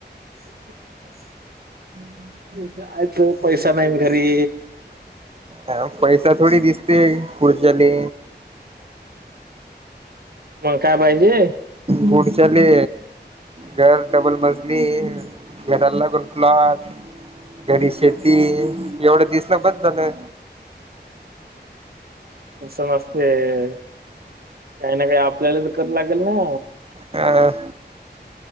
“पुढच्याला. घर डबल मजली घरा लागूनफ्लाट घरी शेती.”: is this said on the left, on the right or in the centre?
Right